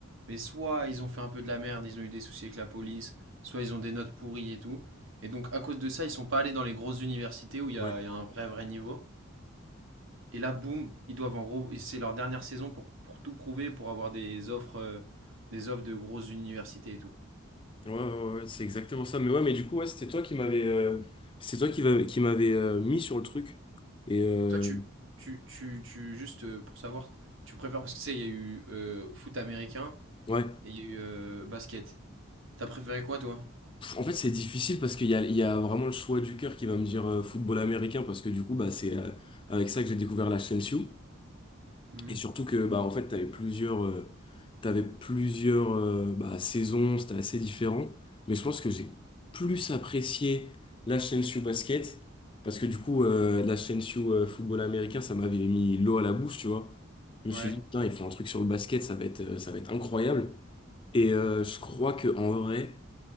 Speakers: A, on the right; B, on the left.
A: Mais soit ils ont fait un peu de la merde, ils ont eu des soucis avec la police, soit ils ont des notes pourries et tout. Et donc, à cause de ça, ils sont pas allés dans les grosses universités où il y
B: ouais.
A: a, il y a un vrai, vrai niveau. Et là, boum, ils doivent en gros. C'est leur dernière saison pour, pour tout prouver, pour avoir des offres, euh, des offres de grosses universités et tout.
B: Ouais, ouais, ouais, c'est exactement ça. Mais ouais, mais du coup, ouais, c'était toi qui m'avais euh, c'est toi qui, va qui m'avais euh, mis sur le truc. Et euh,
A: Toi, Euh, tu, Euh, tu, tu, tu, juste euh, pour savoir, tu préfères, parce que tu sais, il y a eu euh, foot américain
B: ouais.
A: et il y a eu euh, basket. T'as préféré quoi, toi?
B: Pff, En fait, c'est difficile parce qu'il y a, il y a vraiment le choix du cœur qui va me dire euh, football américain parce que du coup, bah, c'est euh, avec ça que j'ai découvert la chaîne LSU.
A: Mhm.
B: Et surtout que bah en fait t'avais plusieurs euh, t'avais plusieurs euh, bah, saisons, c'était assez différent. Mais je pense que j'ai plus apprécié la Chelsea Basket parce que du coup euh, la Chelsea euh, football américain ça m'avait mis l'eau à la bouche, tu vois. Je
A: Ouais.
B: me suis dit putain, ils font un truc sur le basket, ça va être euh, ça va être incroyable. Et euh, je crois que en vrai